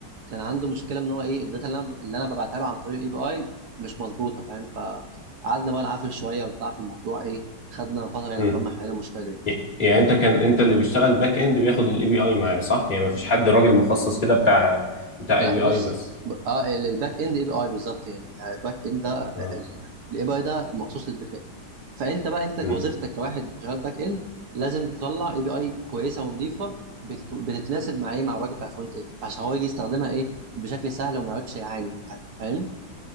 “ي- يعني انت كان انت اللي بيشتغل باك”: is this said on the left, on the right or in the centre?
Left